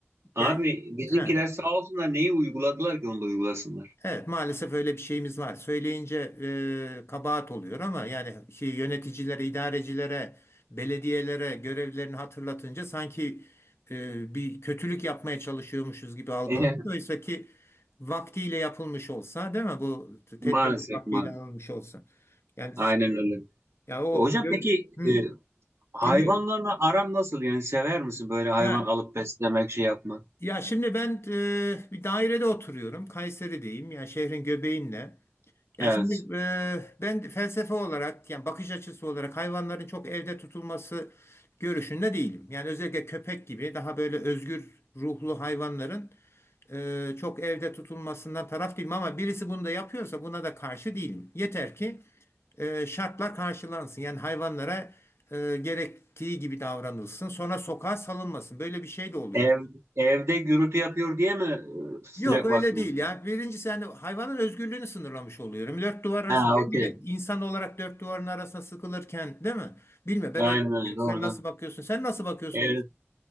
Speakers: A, on the right (about 70°); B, on the left (about 60°).
A: Abi
B: Yani
A: bizimkiler
B: he.
A: sağ olsunlar neyi uyguladılar ki onu da uygulasınlar.
B: Evet, maalesef öyle bir şeyimiz var. Söyleyince e, kabahat oluyor ama yani şey, yöneticilere, idarecilere, belediyelere görevlerini hatırlatınca sanki e, bir kötülük yapmaya çalışıyormuşuz gibi algılanıyor.
A: <laughs>
B: Oysa ki vaktiyle yapılmış olsa, değil mi? Bu tedbir
A: Maalesef
B: vaktiyle
A: maalesef.
B: alınmış olsa. Yani
A: Aynen
B: şimdi-
A: öyle.
B: ya o
A: Hocam
B: gör,
A: peki
B: Hı,
A: e, hayvanlarla
B: dinliyorum.
A: aran nasıl? Yani sever misin böyle hayvan
B: Ya
A: alıp beslemek, şey yapmak?
B: ya şimdi ben e, bir dairede oturuyorum. Kayseri'deyim. Ya şehrin göbeğinde. Yani
A: Evet.
B: şimdi e, ben felsefe olarak yani bakış açısı olarak hayvanların çok evde tutulması görüşünde değilim. Yani özellikle köpek gibi daha böyle özgür ruhlu hayvanların e, çok evde tutulmasından taraf değilim ama birisi bunu da yapıyorsa buna da karşı değilim. Yeter ki e, şartlar karşılansın. Yani hayvanlara e, gerektiği gibi davranılsın. Sonra sokağa salınmasın. Böyle bir şey de oluyor.
A: Ev evde gürültü yapıyor diye mi e, sıcak
B: Yok öyle
A: bakmıyorsun?
B: değil ya. Birincisi yani hayvanın özgürlüğünü sınırlamış oluyorum. Dört duvar arasında
A: Ha
B: ben
A: okey.
B: bile insan olarak dört duvarın arasına sıkılırken değil mi? Bilmiyorum ben
A: Aynen
B: öyle bakıyorum.
A: öyle. Doğru.
B: Sen nasıl bakıyorsun? Sen nasıl bakıyorsun?
A: doğru.
B: bu-